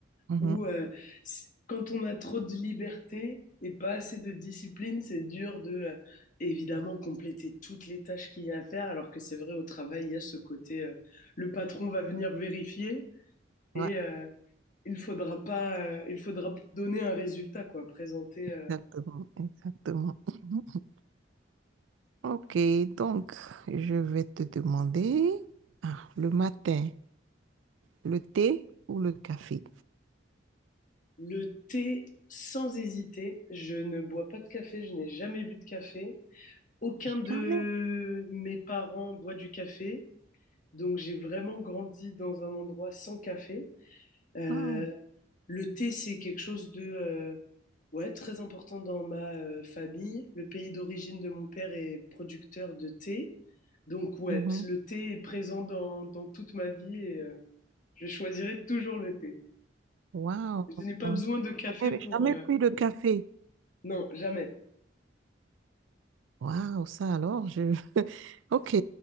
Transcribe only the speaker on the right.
Mhm.
Ouais,
exactement, exactement. Mhm. Ok, donc je vais te demander, ah, le matin, le thé ou le café?
Jamais.
Ah,
mhm.
Waouh,
jamais,
jamais
pris de café.
Waouh, ça alors, je... <laughs> Ok,